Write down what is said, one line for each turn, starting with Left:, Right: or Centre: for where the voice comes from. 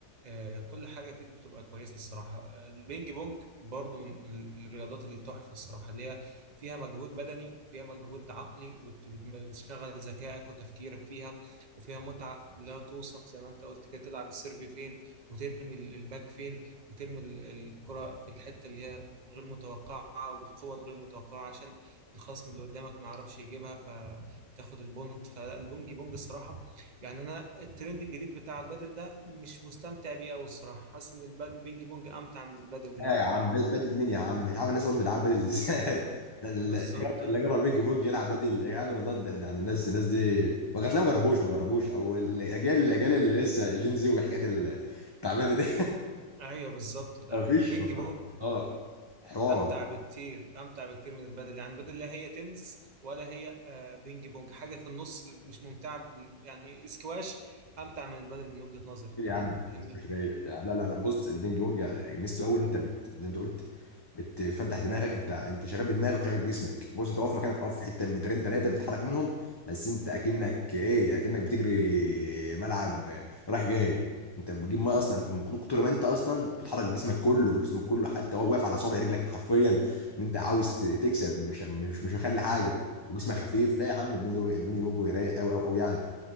Right: آه، كل حاجه فيك بتبقى كويسه الصراحه آه، البينج بونج برضو من الرياضات اللي تحفه الصراحه اللي هي فيها مجهود بدني وفيها مجهود عقلي وبت- بت- بتشغل ذكائك وتفكيرك فيها وفيها متعة لا توصف زي ما انت قلت كده تلعب السيرف فين وترمي ال- الباك فين وترمي ال- الكرة في الحتة اللي هي مت- غير متوقعة وبالقوة الغير متوقعة عشان الخصم اللي قدامك ما يعرفش يجيبها فتاخد البونت فالبونجي بونج الصراحة يعني انا الترند الجديد بتاع البادل ده مش مستمتع بيه قوي الصراحة حاسس ان البادل بينج بونج امتع من البادل لو
Left: ايه يا
Right: انت
Left: عم
Right: تعرفه
Left: بدل مين يا عم مش عارف الناس اصلا بيلعبوا بدل ازاي <laughs> اللي
Right: بالظبط
Left: جرب اللي جرب بيج بونج يلعب بدل يعني والله انت يعني الناس الناس دي ما جات ما جربوش ما جربوش او الاجيال الاجيال اللي لسه جين زي والحاجات التعبانه دي
Right: ايوه بالظبط
Left: <laughs>
Right: لا
Left: ما
Right: البينج
Left: فيش حوار.
Right: بونج
Left: اه حوار
Right: امتع بكتير امتع بكتير من البادل يعني البادل لا هي تنس ولا هي آه، بينج بونج حاجه في النص مش ممتعه يعني سكواش امتع من البادل من وجهه نظري
Left: كتير
Right: كمان
Left: يا عم
Right: فاهمني
Left: مش رايق لا لا لا بص البينج بونج ميزته قوي ان انت بت... زي ما انت قلت بتفتح دماغك انت انت شغال بدماغك وشغال بجسمك بص انت واقف مكانك واقف في حته مترين ثلاثه بتتحرك منهم بس انت اكنك ايه اكنك بتجري ملعب رايح جاي انت بتجيب ميه اصلا من كتر ما انت اصلا بتحرك جسمك كله جسمك كله حتى وهو واقف على صابع رجلك حرفيا ان انت عاوز ت- تكسب مش مش مش مخلي حاجه وجسمك خفيف لا يا عم البينج بونج- البينج بونج رايق قوي قوي قوي يعني